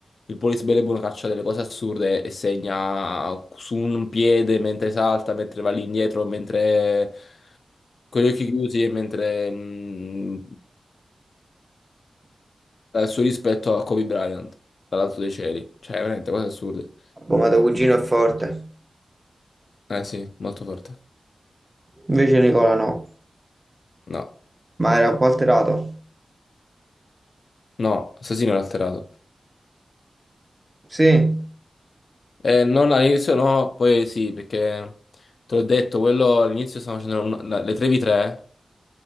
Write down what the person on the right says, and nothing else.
bombato cugino è forte.
Invece Nicola no.
Ma era un po' alterato.
Sì.